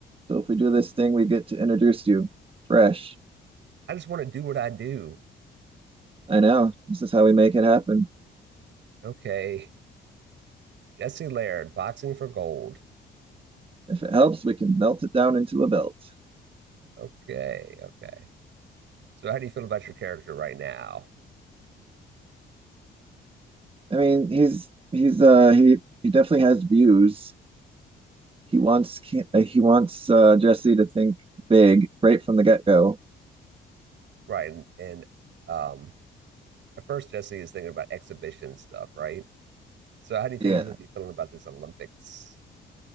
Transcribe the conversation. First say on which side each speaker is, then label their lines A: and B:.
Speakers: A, on the right; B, on the right.
A: So if we do this thing, we get to introduce you fresh.
B: I just want to do what I do.
A: I know. This is how we make it happen.
B: Okay. Jesse Laird, boxing for gold.
A: If it helps, we can melt it down into a belt.
B: Okay, okay. So how do you feel about your character right now?
A: I mean, he's he's uh he he definitely has views. He wants Ki- uh, he wants uh Jesse to think big right from the get-go.
B: Right, and, and um, at first Jesse is thinking about exhibition stuff, right? So how do you think
A: Yeah.
B: he's going to be feeling about this Olympics?